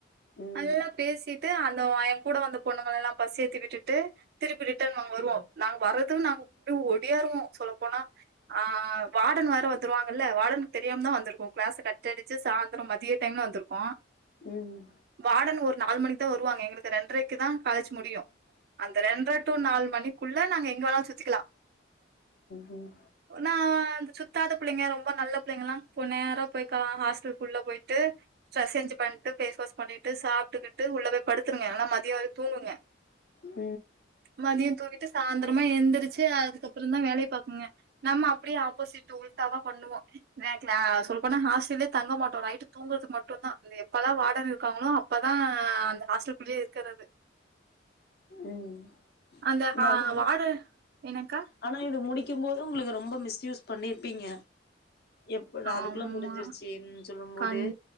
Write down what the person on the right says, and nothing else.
நல்லா பேசிட்டு அந்த எங்கூட வந்த பொண்ணுங்களல்லா பஸ் ஏத்தி விட்டுட்டு திருப்பி ரிட்டன் நாங்க வருவோ நாங்க வர்றதுக்கு நாங்க அப்டியே ஒடியாருவோ சொல்லப்போனா ஆ வாடர்ன் வேற வந்துருவாங்கல்ல வாடர்னுக்கு தெரியாம தா வந்திருக்கோ கிளாஸ கட்டடிச்சு சா ந்தர மதிய டைம்ல வந்துருக்கோ
வாடர்ன் ஒரு நாலு மணிக்கு தா வருவாங்க எங்களுக்கு ரெண்ரைக்கு தா காலேஜ் முடியு அந்த ரெண்ட்ர டூ நாலு மணிக்குள்ள நாங்க எங்க வேணாலு சுத்திக்கலா
ஒ நா வந்து சுத்தாத பிள்ளைங்க ரொம்ப நல்ல பிள்ளைங்கலா போ நேரா போய் கா ஹாஸ்டல்க்குள்ள போய்ட்டு ட்ரஸ் சேஞ்சு பண்ட்டு ஃபேஸ் வாஷ் பண்ணிட்டு சாப்ட்டுகிட்டு உள்ள போய் படுத்துருங்க எல்லா மதிய வரை தூங்குங்க
மதிய தூங்கிட்டு சாந்தரமா எந்திரிச்சு அதுக்கப்றந்தா வேலைய பாக்குங்க நம்ம அப்டியே ஆப்போசிட்டு உல்டாட்வா பண்ணுவோ நேத்து நா சொல்ல போனா ஹாஸ்டல்லே தங்க மாட்டோ நைட்டு தூங்குறது மட்டுந்தா இந்த எப்பலா வார்டன் இருக்காங்களோ அப் ப்பதா அந்த ஹாஸ்டலுக்குள்ளயே இருக்கிறது
அந்த
ஹா
வார்டு என்னக்கா
ஆமா
கண்